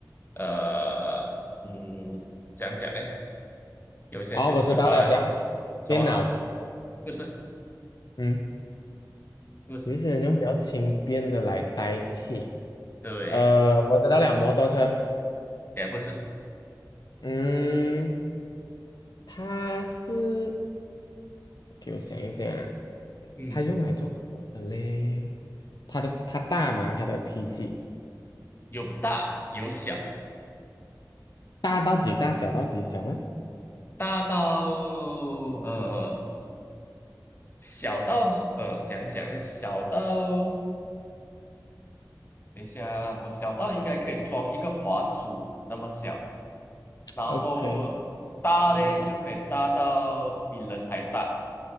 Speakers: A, on the left; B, on the left.
A: 呃嗯怎样讲呢，有些人就喜欢
B: 哦，我知道了，这样电脑，
A: 什么？不是
B: 嗯，
A: 不是，
B: 有一些人用比较轻便的来代替。
A: 对，
B: 呃，我知道了，摩托车，
A: 也不是，
B: 嗯，它是给我想一想啊，
A: 嗯，
B: 它用来做什么的嘞？它的它大吗？它的体积
A: 有大有小，
B: 大到几大？小到几小？诶
A: 大到呃小到呃怎样讲呢，小到等一下啊，我小到应该可以装一个滑鼠那么小。然后大嘞就可以大到比人还大，
B: o k 转一个话